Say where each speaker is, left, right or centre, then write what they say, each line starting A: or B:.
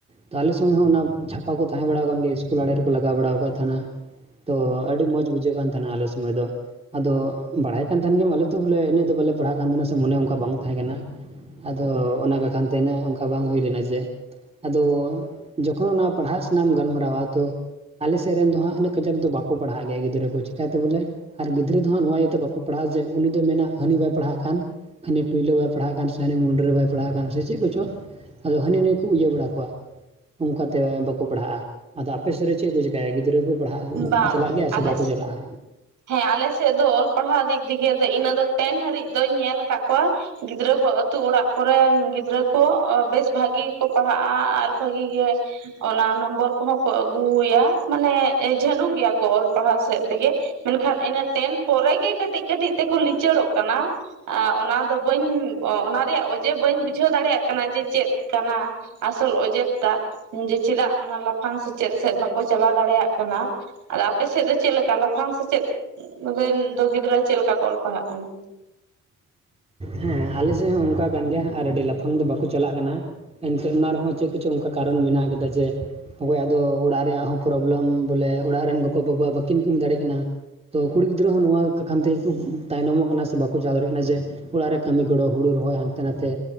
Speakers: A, on the right; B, on the right.
A: ᱛᱚ ᱟᱞᱮ ᱥᱩᱢᱚᱭ ᱦᱚᱸ ᱚᱱᱟ ᱪᱷᱟᱯᱟ ᱠᱚ ᱛᱟᱦᱮᱸ ᱵᱟᱲᱟᱣ ᱠᱟᱱ ᱜᱮᱭᱟ ᱤᱥᱠᱩᱞ ᱟᱲᱮ ᱨᱮ ᱠᱚ ᱞᱟᱜᱟᱣ ᱵᱟᱲᱟᱣ ᱟᱠᱟᱫ ᱛᱟᱦᱮᱸᱱᱟ, ᱛᱚ ᱟᱹᱰᱤ ᱢᱚᱸᱡᱽ ᱵᱩᱡᱷᱟᱹᱜ ᱠᱟᱱ ᱛᱟᱦᱮᱸᱱᱟ ᱟᱞᱮ ᱥᱚᱢᱚᱭ ᱫᱚ᱾ ᱟᱫᱚ ᱵᱟᱲᱟᱭ ᱠᱟᱱ ᱛᱟᱦᱮᱸᱱ ᱜᱮᱭᱟᱢ ᱟᱞᱮ ᱫᱚ ᱵᱚᱞᱮ ᱤᱱᱟᱹᱜ ᱫᱚ ᱵᱟᱞᱮ ᱯᱟᱲᱦᱟᱜ ᱠᱟᱱ ᱛᱟᱦᱮᱸᱱᱟ ᱥᱮ ᱢᱚᱱᱮ ᱚᱱᱠᱟ ᱵᱟᱝ ᱛᱟᱦᱮᱸ ᱠᱟᱱᱟ, ᱟᱫᱚ ᱚᱱᱟ ᱠᱚ ᱠᱷᱟᱱ ᱛᱮ ᱤᱱᱟᱹᱜ ᱚᱱᱠᱟ ᱵᱟᱝ ᱦᱩᱭ ᱞᱮᱱᱟ ᱡᱮ ᱟᱫᱚ ᱡᱚᱠᱷᱚᱱ ᱚᱱᱟ ᱯᱟᱲᱦᱟᱜ ᱥᱮᱱᱟᱜ ᱮᱢ ᱜᱟᱞᱢᱟᱨᱟᱣᱟ ᱛᱚ ᱟᱞᱮ ᱥᱮᱜ ᱨᱮᱱ ᱫᱚ ᱦᱟᱸᱜ ᱩᱱᱟᱹᱜ ᱠᱟᱡᱟᱠ ᱫᱚ ᱵᱟᱠᱚ ᱯᱟᱲᱦᱟᱜ ᱜᱮᱭᱟ ᱜᱤᱫᱽᱨᱟᱹ ᱠᱚ ᱪᱤᱠᱟ ᱛᱮ ᱵᱚᱞᱮ? ᱟᱨ ᱜᱤᱫᱽᱨᱟᱹ ᱫᱚ ᱦᱟᱸᱜ ᱱᱚᱣᱟ ᱤᱭᱟᱹ ᱛᱮ ᱵᱟᱠᱚ ᱯᱟᱲᱦᱟᱜ-ᱟ ᱡᱮ ᱩᱱᱤ ᱫᱚᱭ ᱢᱮᱱᱟ ᱦᱟᱹᱱᱤ ᱵᱟᱭ ᱯᱟᱲᱦᱟᱜ ᱠᱷᱟᱱ᱾ ᱦᱟᱱᱤ ᱴᱩᱭᱞᱟᱹ ᱵᱟᱭ ᱯᱟᱲᱦᱟᱜ ᱠᱟᱱ ᱥᱮ ᱦᱟᱱᱤ ᱢᱩᱱᱰᱨᱟᱹ ᱵᱟᱭ ᱯᱟᱲᱦᱟᱜ ᱠᱟᱱ ᱥᱮ ᱪᱮᱫ ᱠᱚᱪᱚ, ᱟᱫᱚ ᱦᱟᱹᱱᱤ ᱱᱟᱹᱭ ᱠᱩ ᱤᱭᱟᱹ ᱵᱟᱲᱟ ᱠᱚᱣᱟ᱾ ᱚᱱᱠᱟ ᱛᱮ ᱵᱟᱠᱚ ᱯᱟᱲᱦᱟᱜ-ᱟ, ᱟᱫᱚ ᱟᱯᱮ ᱥᱮᱫ ᱨᱮ ᱪᱮᱫ ᱠᱚ ᱪᱤᱠᱟᱹᱭᱟ ᱜᱤᱫᱽᱨᱟᱹ ᱠᱩ? ᱯᱟᱲᱦᱟᱜ ᱠᱚ
B: ᱵᱟᱝ
A: ᱪᱟᱞᱟᱜ ᱜᱮᱭᱟ
B: ᱟᱞᱮ
A: ᱥᱮ ᱵᱟᱠᱚ ᱪᱟᱞᱟᱜ-ᱟ?
B: ᱦᱮᱸ ᱟᱞᱮ ᱥᱮᱫ ᱫᱚ ᱚᱞ ᱯᱟᱲᱦᱟᱜ ᱫᱤᱠ ᱫᱤᱠᱮ ᱫᱚ ᱤᱱᱟᱹᱜ ᱫᱚ ᱴᱮᱱ ᱦᱟᱹᱨᱤᱡ ᱫᱚᱧ ᱧᱮᱞ ᱠᱟᱫ ᱠᱚᱣᱟ ᱜᱤᱫᱽᱨᱟᱹ ᱠᱚ ᱟᱹᱛᱩ ᱚᱲᱟᱜ ᱠᱚᱨᱮᱱ ᱜᱤᱫᱽᱨᱟᱹ ᱠᱚ ᱵᱮᱥ ᱵᱷᱟᱹᱜᱤ ᱜᱮ ᱠᱚ ᱯᱟᱲᱦᱟᱜ-ᱟ ᱟᱨ ᱵᱷᱟᱹᱜᱤ ᱜᱮ ᱚᱱᱟ ᱱᱚᱢᱵᱚᱨ ᱠᱚᱦᱚᱸ ᱠᱚ ᱟᱹᱜᱩᱭᱟ ᱢᱟᱱᱮ ᱡᱷᱟᱹᱱᱩ ᱜᱮᱭᱟ ᱠᱚ ᱚᱞ ᱯᱟᱲᱦᱟᱣ ᱥᱮᱫ ᱛᱮ ᱜᱮ᱾ ᱢᱮᱱᱠᱷᱟᱱ ᱤᱱᱟᱹ ᱴᱮᱱ ᱯᱚᱨᱮ ᱜᱮ ᱠᱟᱹᱴᱤᱡ ᱠᱟᱹᱴᱤᱡ ᱛᱮ ᱠᱚ ᱞᱤᱪᱟᱹᱲᱚᱜ ᱠᱟᱱᱟ ᱟ ᱚᱱᱟ ᱫᱚ ᱵᱟᱹᱧ ᱚᱱᱟ ᱨᱮᱭᱟᱜ ᱚᱡᱮ ᱵᱟᱹᱧ ᱵᱩᱡᱷᱟᱹᱣ ᱫᱟᱲᱮᱭᱟᱜ ᱠᱟᱱᱟ ᱡᱮ ᱪᱮᱫ ᱠᱟᱱᱟ ᱟᱥᱚᱞ ᱚᱡᱮ ᱴᱟᱜ ᱡᱮ ᱪᱮᱫᱟᱜ ᱚᱱᱟ ᱞᱟᱯᱷᱟᱝ ᱥᱮᱪᱮᱫ ᱥᱮᱫ ᱵᱟᱠᱚ ᱪᱟᱞᱟᱣ ᱫᱟᱲᱮᱭᱟᱜ ᱠᱟᱱᱟ ᱟᱫᱚ ᱟᱯᱮ ᱥᱮᱫ ᱫᱚ ᱪᱮᱫ ᱞᱮᱠᱟ ᱞᱟᱯᱷᱟᱝ ᱥᱮᱪᱮᱫ? ᱨᱮᱱ ᱫᱚ ᱜᱤᱫᱽᱨᱟᱹ ᱪᱮᱫ ᱞᱮᱠᱟ ᱠᱚ ᱚᱞ ᱯᱟᱲᱦᱟᱜ ᱠᱟᱱᱟ?
A: ᱦᱮᱸ ᱟᱞᱮ ᱥᱮᱡ ᱦᱚᱸ ᱚᱱᱠᱟ ᱠᱟᱱ ᱜᱮᱭᱟ ᱟᱨ ᱟᱹᱰᱤ ᱞᱟᱯᱷᱟᱝ ᱫᱚ ᱵᱟᱠᱚ ᱪᱟᱞᱟᱜ ᱠᱟᱱᱟ᱾ ᱮᱱᱛᱮ ᱚᱱᱟ ᱨᱮᱦᱚᱸ ᱪᱮᱫ ᱠᱚᱪᱚ ᱚᱱᱠᱟ ᱠᱟᱨᱚᱱ ᱢᱮᱱᱟᱜ ᱠᱟᱫᱟ ᱡᱮ ᱠᱚᱣᱟᱜ ᱫᱚ ᱚᱲᱟᱜ ᱨᱮᱭᱟᱜ ᱦᱚᱸ ᱯᱨᱚᱵᱞᱮᱢ ᱵᱚᱞᱮ ᱚᱲᱟᱜ ᱨᱮᱱ ᱜᱚᱜᱚ ᱵᱟᱵᱟ ᱵᱟᱹᱠᱤᱱ ᱠᱟᱹᱢᱤ ᱫᱟᱲᱮᱜ ᱠᱟᱱᱟ᱾ ᱛᱚ ᱠᱩᱲᱤ ᱜᱤᱫᱽᱨᱟᱹ ᱦᱚᱸ ᱱᱚᱣᱟ ᱠᱟ ᱠᱷᱟᱱ ᱛᱮᱜᱮ ᱠᱤ ᱛᱟᱭᱱᱚᱢᱚᱜ ᱠᱟᱱᱟ ᱥᱮ ᱵᱟᱠᱚ ᱪᱟᱞᱟᱣ ᱫᱟᱲᱮᱭᱟᱜ ᱠᱟᱱᱟ ᱡᱮ ᱚᱲᱟᱜ ᱨᱮ ᱠᱟᱹᱢᱤ ᱜᱚᱲᱚ ᱦᱩᱲᱩ ᱨᱚᱦᱚᱭ ᱦᱟᱱᱛᱮ ᱱᱟᱛᱮ,